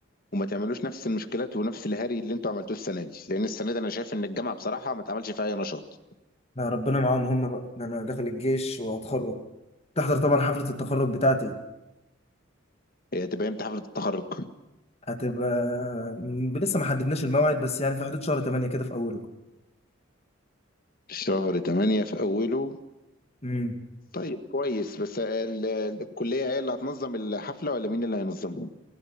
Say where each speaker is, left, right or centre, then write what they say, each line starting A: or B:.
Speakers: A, on the left; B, on the left.
A: وما تعملوش نفس المشكلات ونفس الهري اللي انتوا عملتوه السنه دي لان السنه دي انا شايف ان الجامعه بصراحه ما اتعملش فيها اي نشاط
B: لا ربنا معاهم هم بقى ده انا داخل الجيش وهتخرج تحضر طبعا حفلة التخرج بتاعتي
A: هي هتبقى امتى حفلة التخرج؟
B: هتبقى م- لسه ما حددناش الموعد بس يعني في حدود شهر 8 كده في اوله
A: شهر 8 في أوله
B: امم
A: طيب كويس بس ال- الكلية هي اللي هتنظم الحفلة ولا مين اللي هينظمها؟